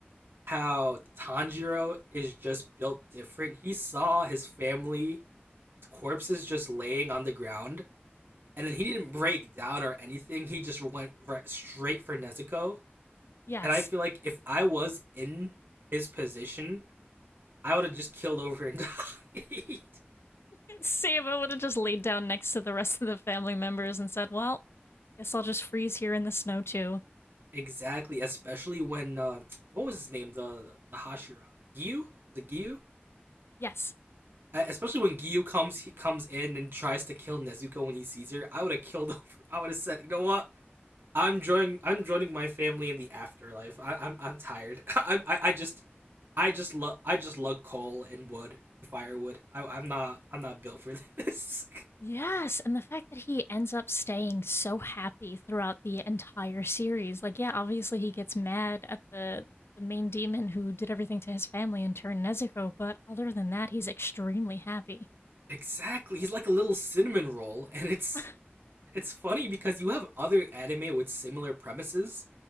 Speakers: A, on the right (about 65°); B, on the left (about 80°).
A: how Tanjiro is just built different? He saw his family corpses just laying on the ground, and then he didn't break down or anything. He just went right straight for Nezuko.
B: Yes.
A: And I feel like if I was in his position, I would have just killed over and <laughs> died.
B: <laughs> Saba would have just laid down next to the rest of the family members and said, Well, guess I'll just freeze here in the snow too.
A: Exactly, especially when uh, what was his name? The the, the Hashira Gyu, the Gyu.
B: Yes,
A: Uh, Especially when Gyu comes, he comes in and tries to kill Nezuko when he sees her. I would have killed <laughs> over. I would have said, you know what? I'm joining. I'm joining my family in the afterlife. I, I'm I'm tired. <laughs> I, I I just, I just love. I just love coal and wood, and firewood. I, I'm not. I'm not built for this.
B: Yes, and the fact that he ends up staying so happy throughout the entire series. Like, yeah, obviously he gets mad at the the main demon who did everything to his family and turned Nezuko, but other than that, he's extremely happy.
A: <laughs> exactly. He's like a little cinnamon roll, and it's
B: <laughs>
A: It's funny because you have other anime with similar premises,